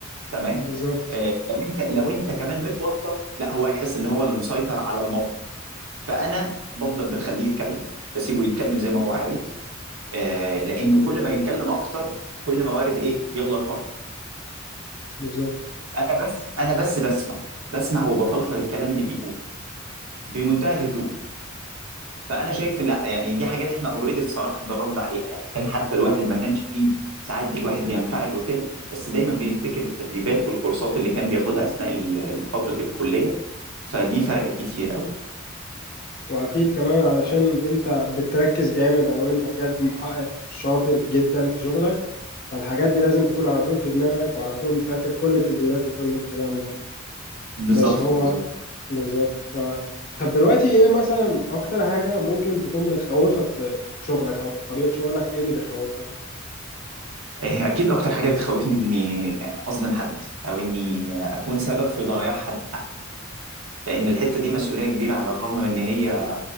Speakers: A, on the right; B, on the left.
A: تمام
B: بالظبط
A: آه، لو انت لو انت كمان متوتر لا هو هيحس ان هو اللي مسيطر على الموقف فانا بفضل بخليه يتكلم بسيبه يتكلم زي ما هو عايز آه، لانه كل ما يتكلم اكتر كل ما وارد ايه يغلط اكتر
B: بالظبط
A: انا بس انا بس بسمع بسمع وبفلتر الكلام اللي بيقول بمنتهى الهدوء فانا شايف إن لا يعني دي حاجات احنا اوريدي الصراحه اتدربنا عليها يعني كان حتى الواحد ما كانش فيه ساعات الواحد بينفعل وكده بس دايما بيفتكر التدريبات والكورسات اللي كان بياخدها اثناء ال- فتره الكليه فدي فرقت كتير قوي
B: واكيد كمان علشان انت بتركز جامد او انت بجد محقق شاطر جدا في شغلك فالحاجات دي لازم تكون على طول في دماغك وعلى طول فاكر كل التدريبات وكل الكلام ده
A: بالظبط
B: بس هو
A: بالظبط
B: بالظبط ف طب دلوقتي ايه مثلا اكتر حاجة ممكن تكون بتخوفك في شغلك او في طبيعة شغلك ايه اللي بيخوفك
A: إيه، اكيد اكتر حاجه بتخوفني اني اظلم حد او اني اكون سبب في ضياع حد لان الحته دي مسؤوليه
B: صح
A: كبيره على الرغم من ان هي على